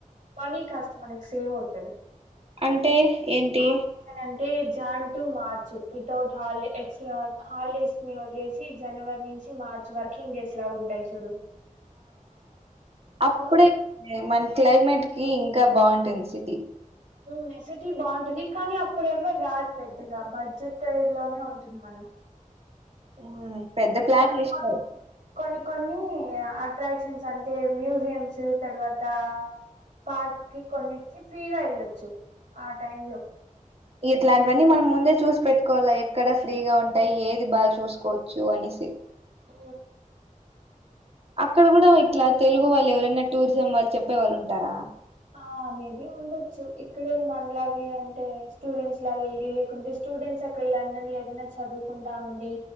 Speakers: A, on the right; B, on the right.
A: మనీ కాస్త మనకి సేవ్ అవుతది
B: అంటే ఏంటి
A: హాఫ్ సీజన్ అంటే జాన్ టు మార్చ్ వితౌట్ హాలి ఎక్సల హాలిడేస్ ని వదిలేసి జనవ నుంచి మార్చ్ వర్కింగ్ డేస్ లాగా ఉంటాయి చూడు
B: అప్పుడే
A: బో-
B: మన క్లైమేట్ కి ఇంకా బాగుంటుంది సిటీ
A: మెసటీ బాగుంటది కానీ అప్పుడు ఎవ్వరు రారు పెద్దగా బడ్జెట్ లోనే ఉంటుంది మనం
B: ఉమ్, పెద్ద ప్లాన్
A: కొన్ని
B: చేసినారు
A: కొన్ని కొన్ని కొన్ని అట్రాక్షన్స్ అంటే మ్యూజియంమ్స్ తర్వాత పార్క్ కి కొన్ని ఫ్రీగా వెళ్ళొచ్చు ఆ టైమ్ లో
B: ఇట్లాంటివన్నీ మనం ముందే చూసి పెట్టుకోవాల ఎక్కడ ఫ్రీగా ఉంటాయి ఏది బాగా చూసుకోవచ్చు అనేసి
A: ఉ
B: అక్కడ కూడా ఇట్లా తెలుగు వాళ్ళు ఎవరైనా టూరిజం వాళ్ళు చెప్పే వాళ్ళు ఉంటారా
A: ఆ మేబి ఉండొచ్చు ఇక్కడే మనలాగే అంటే స్టూడెంట్స్ లాగ ఎళ్ళి లేకుంటే స్టూడెంట్స్ అక్కడ లండన్ లో ఏదైనా చదువుకుంటా ఉండి